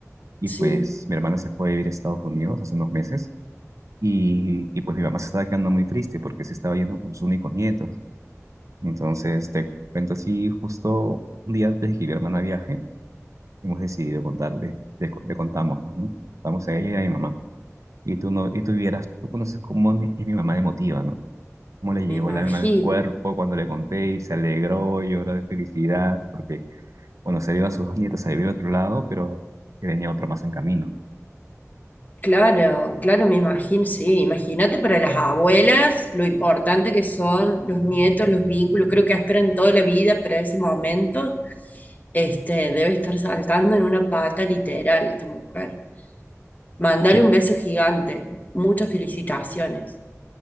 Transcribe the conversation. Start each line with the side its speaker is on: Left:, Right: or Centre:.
Right: y
Left: Sí,
Right: pues mi hermana se fue a vivir a Estados Unidos hace unos meses, y, y pues mi mamá se estaba quedando muy triste porque se estaba yendo con sus únicos nietos. Entonces te cuento así, justo un día antes de que mi hermana viaje, hemos decidido contarle, le, co- le contamos, pues, ¿no? Contamos a ella y a mi mamá. Y tú no, y tú vieras, tú conoces cómo es mi, es mi mamá emotiva, ¿no? cómo le llegó
Left: me imagino.
Right: el alma al cuerpo cuando le conté y se alegró, lloró de felicidad, porque Bueno, se iban sus dos nietos a vivir a otro lado, pero que venía otro más en camino.
Left: Claro, claro, me imagino, sí. Imagínate para las abuelas lo importante que son los nietos, los vínculos. Creo que esperan toda la vida para ese momento. Este, debe estar saltando en una pata literal esta mujer. Mandale
Right: Sí,
Left: un beso gigante. Muchas felicitaciones.